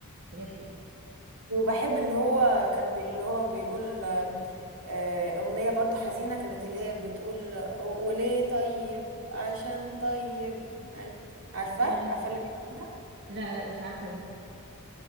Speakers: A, on the right; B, on the right.
A: بجد يعني
B: وبحب اللي هو كان بي- اللي هو بيقول آه، آه، اغنيه برضو حزينه كانت اللي هي بتقول وليه طيب عشان طيب عارف- عارفه
A: بجد.
B: عارفه اللي بيغنيها
A: لا لا مش عارفه دي